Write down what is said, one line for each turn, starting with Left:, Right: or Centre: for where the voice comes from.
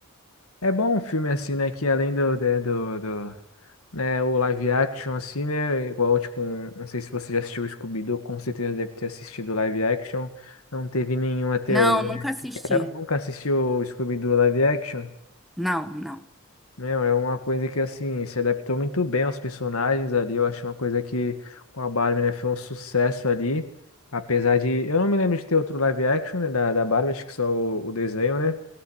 Left: É bom um filme assim, né? Que além do, de- do, do, né, o live action, assim, né? Igual, tipo, um- não sei se você já assistiu o Scooby-Doo, com certeza deve ter assistido o live action. Não teve nenhum até
Centre: Não,
Left: hoje, né?
Centre: nunca assisti.
Left: Eu nunca assisti o Scooby-Doo live action.
Centre: Não, não.
Left: Meu, é uma coisa que, assim, se adaptou muito bem aos personagens ali. Eu acho uma coisa que com a Barbie, né? Foi um sucesso ali. Apesar de. Eu não me lembro de ter outro live action, né, da, da Barbie, acho que só o o desenho, né?